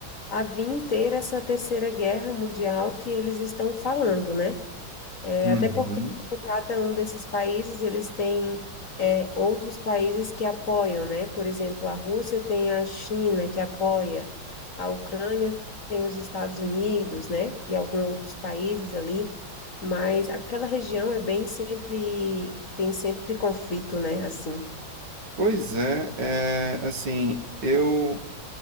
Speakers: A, on the left; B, on the right.
A: a vir ter essa terceira guerra mundial que eles estão falando, né? É,
B: uhum.
A: Até porque, tipo, cada um desses países, eles têm é, outros países que apoiam, né? Por exemplo, a Rússia tem a China que apoia, a Ucrânia tem os Estados Unidos, né? E alguns outros países ali, mas aquela região é bem sempre, tem sempre conflito, né? Assim,
B: Pois é, é, assim, eu